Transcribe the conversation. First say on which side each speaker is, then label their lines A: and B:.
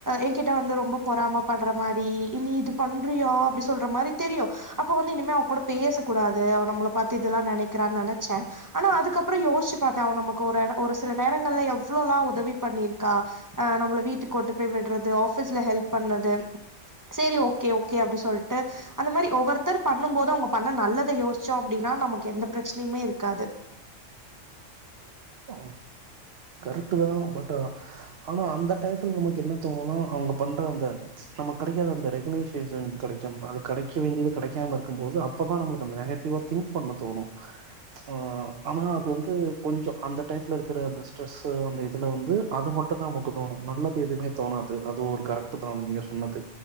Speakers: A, on the right (about 20°); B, on the right (about 60°).
A: என் கிட்ட வந்து ரொம்ப பொறாம படற மாதிரி இனி இது பண்றியா அப்டி சொல்ற மாரி தெரியு அப்ப வந்து இனிமே அவ கூட பேச கூடாது அவ நம்மள பார்த்து இதெல்லா நினைக் கல்குரா நா நினைச்சே ஆனா அதுக்கப்புறோ யோசிச்பாத்தே அவ நமக் ஒரு சில நேரங்கள்ல எவ்ளவுளா உதவி பண்ணிருக்கா நம்ம வீட்டுக்குட்டு போய் விடுறதுப ஆஃபிஸ்ல ஹெல்ப் பண்ணது செரி ஓகே ஓகே அப்டி சொல்லிட்டு அந்த மாரி ஒவொராத்தர் பண்ணு போது அவங்க பண்ண நல்லத யோசி ஷோ அப்டின்னா நமக்கு எந்த பிரச்சனையுமே இருக்காது
B: அ கரெக்ட் தா பட் ஆனா அந்த டயத்துல நமக்கு என்ன தோணும்னா அவங்க பண்ற அந்த நம கிடைக்காத அந்த ரெகக்னேஷன் கிடைக்கு அது கிடைக்க வேண்டியது கிடைக்காம இருக்கும்போது அப்பதா நம்ளுக்கு அந்த நெகட்டிவா திங்க் பண்ண தோணு ஆ ஆனா வந்து கொஞ்சோ அந்த டயத்துல இருக்கிற அந்த ஸ்ட்ரெஸ்ஸு அந்த இதுல வந்து அது மட்டும்தா நமக்கு தோணு நல்லது எதுமே தோணாது அது ஒரு கரெக்ட் தா நீங்க சொன்னது